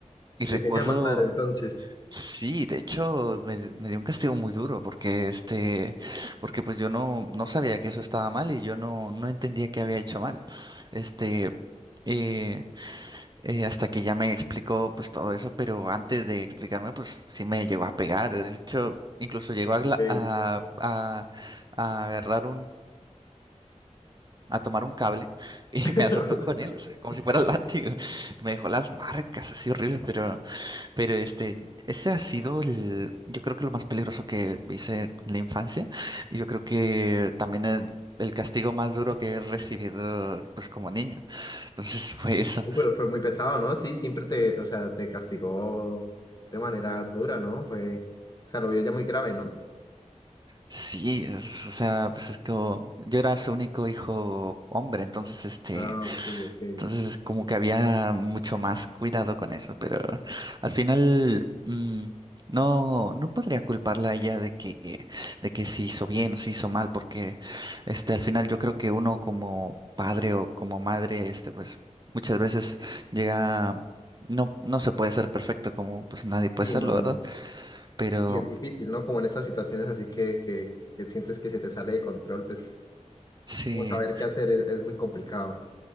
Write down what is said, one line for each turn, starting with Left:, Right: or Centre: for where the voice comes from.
Right: y recuerdo,
Left: Te quería matar entonces.
Right: sí, de hecho me, me dio un castigo muy duro porque este, porque pues yo no, no sabía que eso estaba mal y yo no, no entendía que había hecho mal. Este, eh, eh, hasta que ya me explicó pues todo eso, pero antes de explicarme pues sí me llegó a pegar, de hecho incluso llegó
Left: Ok.
Right: a, gla- a, a a agarrar a tomar un cable y
Left: <laughs>
Right: me azotó con él, o sea, como si fuera
Left: Sí,
Right: <laughs> látigo. Me dejó las marcas así horribles, pero, pero este, ese ha sido el, yo creo que lo más peligroso que hice en la infancia. Y yo creo que también el, el castigo más duro que he recibido, pues como niño. Entonces fue eso.
Left: Uh, pero fue muy pesado, ¿no? Sí, siempre te, o sea, te castigó de manera dura, ¿no? Fue, o sea, lo vio ya muy grave, ¿no?
Right: Sí, es- o sea, pues es que yo era su único hijo hombre, entonces este.
Left: Ah, ok, ok.
Right: Entonces es como que había mucho más cuidado con eso, pero al final mm, no, no podría culparla a ella de que, de que se hizo bien o se hizo mal, porque este, al final yo creo que uno como padre o como madre, este, pues muchas veces llega, no, no se puede ser perfecto como pues nadie puede
Left: Sí,
Right: serlo,
Left: no,
Right: ¿verdad?
Left: no.
Right: Pero
Left: Y es difícil, ¿no? Como en estas situaciones así que, que, que sientes que se te sale de control, pues,
Right: sí.
Left: como saber qué hacer es, es muy complicado.